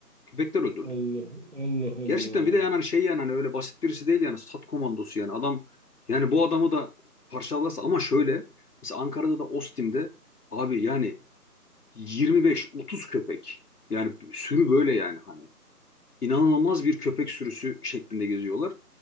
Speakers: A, on the left; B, on the right.
A: Köpekler öldürdü.
B: Allah Allah Allah.
A: Gerçekten
B: Allah.
A: bir de yani hani şey yani hani öyle basit birisi değil yani stat komandosu yani adam yani bu adamı da parçalarsa ama şöyle mesela Ankara'da da Ostim'de abi yani 25-30 köpek yani sürü böyle yani hani inanılmaz bir köpek sürüsü şeklinde geziyorlar.